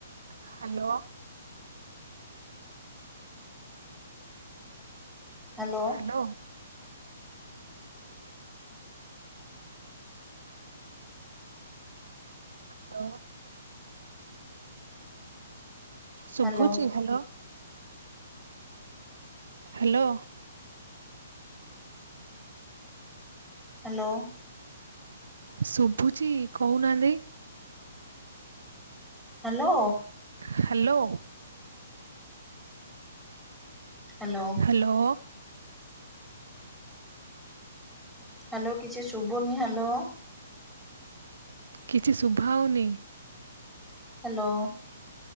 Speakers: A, on the right (about 75°); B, in the centre.
A: Hello.
B: Hello.
A: Hello hello. ଶୁଭୁଛି
B: Hello
A: ହାଲୋ। ହାଲୋ।
B: ହାଲୋ।
A: ଶୁଭୁଛି କହୁନାହାନ୍ତି।
B: Hello.
A: Hello.
B: Hello.
A: Hello.
B: Hello କିଛି ଶୁଭୁନି ହାଲୋ।
A: କିଛି ଶୁଭାହଉନି।
B: ହାଲୋ।